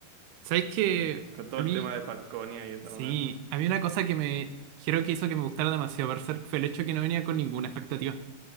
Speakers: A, on the right; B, on the right.
A: ¿Sabes qué?
B: eh, con todo
A: A mí,
B: el tema de Falconia y eso,
A: sí.
B: weón.
A: A mí una cosa que me. Creo que hizo que me gustara demasiado Berserk fue el hecho que no venía con ninguna expectativa.